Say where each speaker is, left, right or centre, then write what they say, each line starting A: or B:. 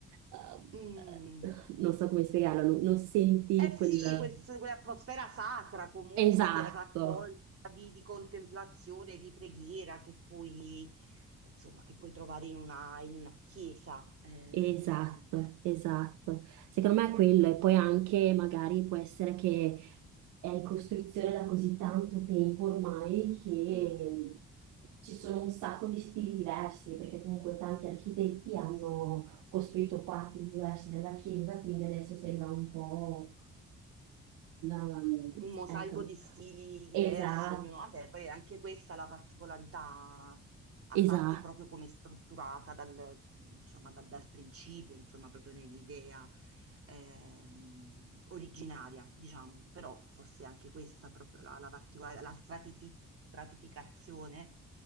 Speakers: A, on the right; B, on the right.
A: Ehm,
B: Mm.
A: eh, non so come spiegarlo, non, non senti
B: Eh
A: quel...
B: sì, quel- quell'atmosfera sacra comunque
A: Esatto,
B: de- raccolta di, di contemplazione, di preghiera che puoi, insomma, che puoi trovare in una, in una chiesa. Eh,
A: esatto, esatto. Secondo me è quello, e poi anche magari può essere che è in costruzione da così tanto tempo ormai che
B: mm,
A: ci sono un sacco di stili diversi, perché comunque tanti architetti hanno
B: esatto.
A: costruito parti diverse della chiesa, quindi adesso sembra un po'... una-
B: un mosaico
A: Ecco,
B: di stili diversi,
A: esatto,
B: ognuno, vabbè, poi è anche questa è la particolarità, a
A: esatto.
B: parte proprio come è strutturata dal, insomma, dal, dal principio, insomma, proprio nell'idea ehm, originaria, diciamo, però forse anche questa proprio la, la particolare, la stratifi- stratificazione